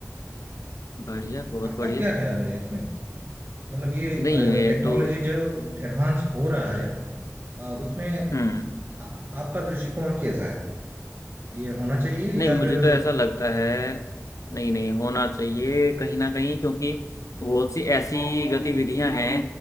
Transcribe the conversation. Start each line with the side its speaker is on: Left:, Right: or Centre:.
Left: बढ़िया बहुत
Right: आपका
Left: बढ़िया
Right: क्या ख्याल है इसमें मतलब ये
Left: नहीं ये
Right: टेक्नोलॉजी
Left: तो
Right: जो एडवांस हो रहा है अ, उसमें
Left: हम्म
Right: आ, आपका दृष्टिकोण कैसा है ये होना चाहिए
Left: नहीं
Right: या
Left: मुझे
Right: फिर
Left: तो ऐसा लगता है नहीं नहीं होना चाहिए कहीं ना कहीं क्योंकि बहुत सी ऐसी गतिविधियां हैं